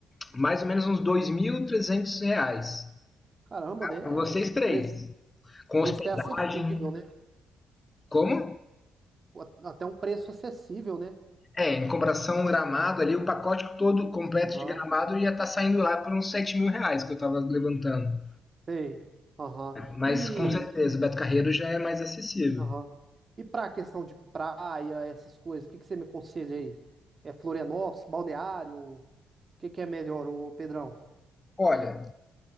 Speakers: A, on the left; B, on the right.
A: mais ou menos uns dois mil e trezentos reais.
B: Caramba, né?
A: Pra vocês
B: O
A: três,
B: preço.
A: com
B: Preço
A: hospedagem,
B: até acessível, né?
A: como?
B: O- Até um preço acessível, né?
A: É, em comparação gramado ali, o pacote todo completo
B: Aham,
A: de gramado ia estar tá saindo lá por uns sete mil reais que eu estava levantando.
B: sei. Aham.
A: Mas
B: E,
A: com certeza, o Beto Carreiro já é mais acessível.
B: aham. E para a questão de praia, essas coisas, o que que você me aconselha aí? É Florianópolis, Balneário? O que que é melhor, ô Pedrão?
A: Olha,